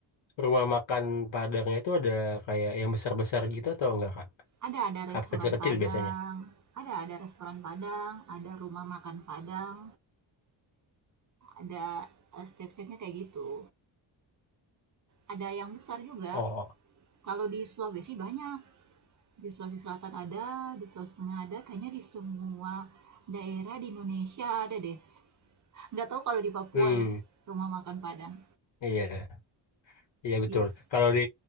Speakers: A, on the left; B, on the right.
A: rumah makan Padangnya itu ada kayak yang besar-besar gitu atau enggak, Kak?
B: Ada ada restoran
A: Apa kecil-kecil
B: Padang,
A: biasanya?
B: ada ada restoran Padang, ada rumah makan Padang, ada eh, step-stepnya kayak gitu. Ada yang besar juga.
A: Oh,
B: Kalau di Sulawesi banyak. di Sulawesi Selatan ada, di Sulawesi Tengah ada, kayaknya di semua daerah di Indonesia ada deh. Nggak tahu kalau di Papua
A: hmm,
B: ya, rumah makan Padang.
A: iya, iya betul.
B: Iya.
A: Kalau di